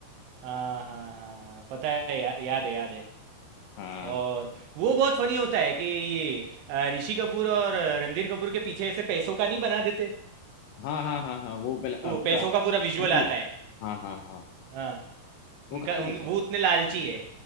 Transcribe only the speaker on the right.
हाँ हाँ हाँ हाँ पता है या, याद है याद है
और वो बहुत फनी होता है कि ये अ, ऋषि कपूर और रणधीर कपूर के पीछे ऐसे पैसों का नहीं बना देते
वो
पैसों का पूरा विजुअल
आता है
हाँ
उनका
उन,
वो उतने लालची है